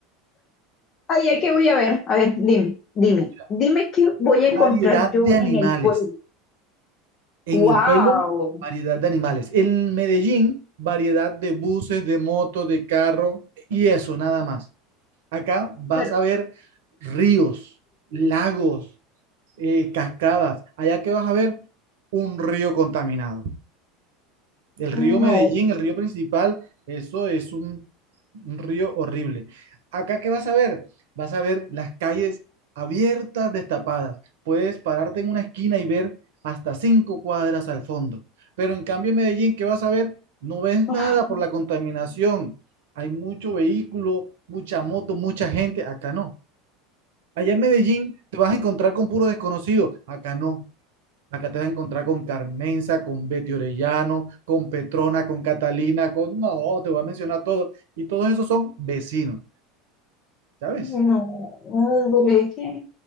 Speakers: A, on the left (about 40°); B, on the right (about 65°).
A: Ay, ¿a qué voy a ver? A ver, dime, dime,
B: Mira,
A: dime qué voy a encontrar
B: variedad de
A: yo
B: animales.
A: en el pueblo.
B: En
A: Wow.
B: el pueblo, variedad de animales. En Medellín, variedad de buses, de motos, de carro y eso, nada más. Acá vas
A: Pero
B: a ver ríos, lagos, eh, cascadas. Allá que vas a ver un río contaminado. El río
A: no.
B: Medellín, el río principal, eso es un, un río horrible. Acá, ¿qué vas a ver? Vas a ver las calles abiertas, destapadas. Puedes pararte en una esquina y ver hasta cinco cuadras al fondo. Pero en cambio, en Medellín, ¿qué vas a ver? No ves
A: Ay,
B: nada por la contaminación. Hay mucho vehículo, mucha moto, mucha gente. Acá no. Allá en Medellín te vas a encontrar con puro desconocido. Acá no. Acá te vas a encontrar con Carmenza, con Betty Orellano, con Petrona, con Catalina, con... No, te voy a mencionar todo. Y todos esos son vecinos, ¿sabes?
A: No, no, no, de verdad que